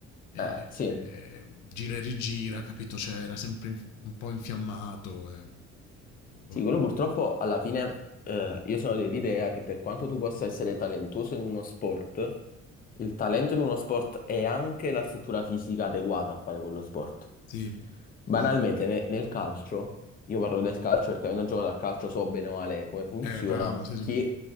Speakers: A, on the left; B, on the left.
A: eh,
B: eh, sì.
A: eh, gira e rigira, capito? Cioè, era sempre in- un po' infiammato. eh, eh, o-
B: Sì,
A: o-
B: quello purtroppo alla fine eh, io sono dell'idea che per quanto tu possa essere talentuoso in uno sport, il talento in uno sport è anche la struttura fisica adeguata a fare quello sport.
A: sì, sì.
B: Banalmente, ne- nel calcio, io parlo del calcio perché avendo giocato a calcio so bene o male come funziona,
A: Eh, bravo, sì, sì.
B: chi,